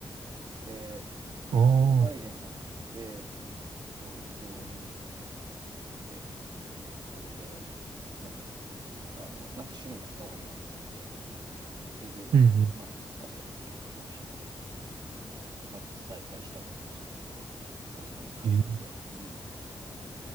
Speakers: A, on the right; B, on the right.
A: で、
B: ああ、
A: 社会人になって、東京に来て、それで、なんだろう、あの、なんか趣味やった方がいいなと思って、それで、
B: うんうん。
A: まあ、昔やってたキックボクシングをは再開したって感じで、またジムに通って、
B: えー、
A: うん。